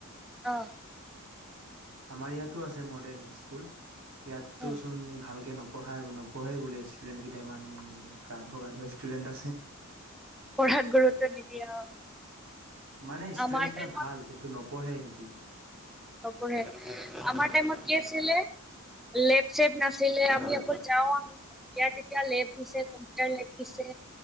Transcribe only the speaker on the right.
আমাৰ ইয়াত ইয়াতো আছে মডেল স্কুল ইয়াতো
চোন ভালকে নপঢ়াই। নপঢ়ে বোলে ষ্টুডেন্ট কেইটাই ইমান গাধ গাধ ষ্টুডেন্ট আছে।
মানে ষ্টুডেণ্ট
কেইটা
ভাল কিন্তু নপঢ়ে সিহঁতি।
উম,